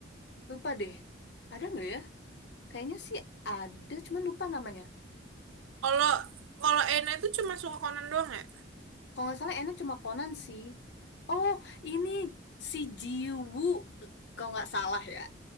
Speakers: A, on the left; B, on the right.
A: Lupa deh. Ada nggak ya? Kayaknya sih ada, cuman lupa namanya.
B: Kalau kalau Ena itu cuma suka Conan doang ya?
A: Kalau nggak salah Ena cuma Conan sih. Oh, ini si Jiwoo. Kalau nggak salah ya.